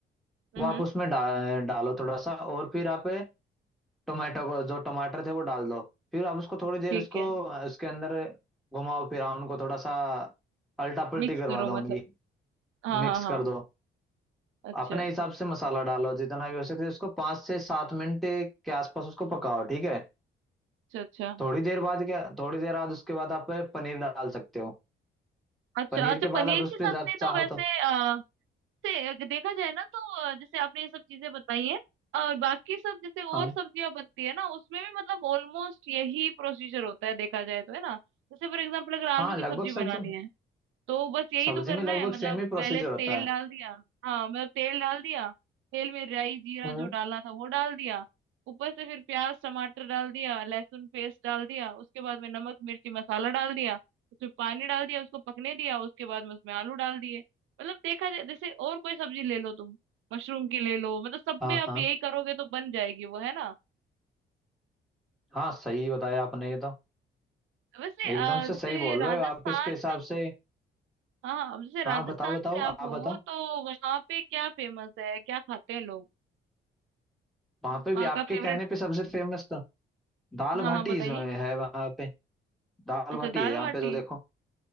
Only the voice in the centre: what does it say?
वो आप उसमें डा, डालो थोड़ा सा और फिर आप टोमेटो को जो टमाटर थे वो डाल दो फिर आप उसको थोड़ी देर
उसको
उसके अंदर घुमाओ फिराओ उनको थोड़ा सा अल्टा पल्टी
करवा
दो
उनकी
मिक्स
कर
दो
अपने हिसाब से मसाला डालो जितना भी हो सके उसको पाँच से सात मिनट के आसपास उसको पकाओ ठीक है
थोड़ी देर बाद क्या थोड़ी देर बाद उसके बाद आप पनीर डाल सकते हो
पनीर
के
बाद आप उस
पर
चाहो
तो
हाँ
हाँ
लगभग
सब्जी
सब्जी
में लगभग
सेम ही प्रोसीजर
होता है
हम्म
हाँ
हाँ
हाँ सही बताया आपने ये तो
एकदम से
सही बोल
रहे हो आप इसके हिसाब से
हाँ बताओ बताओ
आप
बताओ
वहाँ पे भी
आपके
कहने पे सबसे फेमस तो दाल
बाटी
जो है वहाँ पे दाल
बाटी
है यहाँ
पे तो देखो